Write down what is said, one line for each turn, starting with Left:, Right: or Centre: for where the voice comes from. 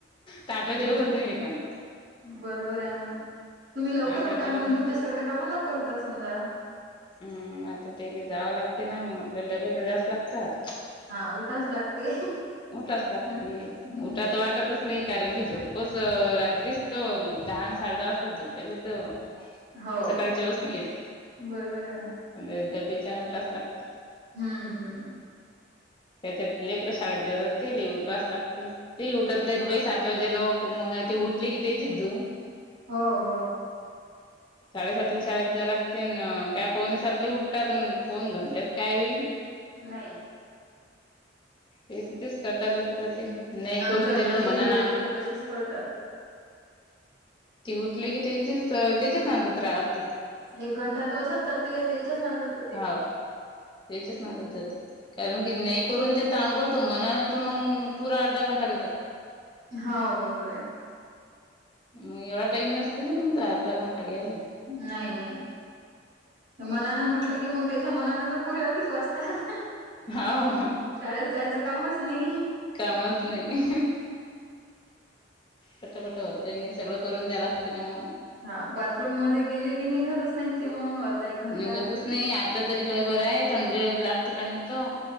Left: त आठ वाजेला
Right: तेच
Left: होत नाही र कामपन.
Right: बरोबर आहे ना म तुम्ही लवकर
Left: आठ
Right: उठता
Left: वाजेला
Right: म्हणून
Left: मग
Right: तुमचे सगळे काम लवकर होतात समजा
Left: हम् आता तेले जावं लागते ना मग आपल्याला डबे तर करावेच लागतात
Right: हा उठाच लागते.
Left: उठाच लागते
Right: हम्म
Left: उठावं तर वाटतच नाही कारण की झोपच रात्रीच तो दहा अन साडे दहा वाजता झोपेल तो
Right: हो
Left: सकाळी चेवच नाही
Right: बरोबर आहे ना
Left: येत डबेच्यान उठावंच लागते
Right: हम्म हम्म
Left: त्याच्यात लेकर शाळेत जातात ते ले उठवाच लागते तेही उठत नाहीत
Right: हा.
Left: बई सात त जे लोक मंग ते उठले की ते द्यायची धून
Right: हो हो
Left: साडे सातले शाळेत जायलागते अन काय पावणे सातले उठतात आणि पाऊण घंट्यात काय होईल
Right: नाही
Left: हे तर तेच करता करता ज ते नाही
Right: आमच्या
Left: करून दिलं
Right: घरी
Left: मना
Right: हे
Left: ना
Right: लेकरं तसेच करतात.
Left: ती उठले की त्याचीच त्याच्याच नादात रहाय लागते
Right: एक घंटा तर असच जाते त्याच्याच नादात जाते
Left: हाव. त्याच्याच नादात जाते कारण की नाही करून देत आंघोळ तर मनान तर मंग पुरा अर्धा घंटा घेतात
Right: हो बरोबर आहे
Left: मग एवढा टाईम नसते ना समजा अर्धा घंटा घ्यायला
Right: नाही नाही मनानं म्हटलं की मग त्याच्या मनान तर पुऱ्यासाठीच बसतात
Left: हाव
Right: शाळेत जायचं कामच नाही
Left: कामच नाही फटाफटा होतय नाही सगळं करून द्याय लागते ना मग
Right: हा बाथरूम मध्ये गेले की निघतच नाही ते मग अर्धा एक घंटा
Left: निघतच नाही आता तरी लय बर आहे थंड लागते पाणी तर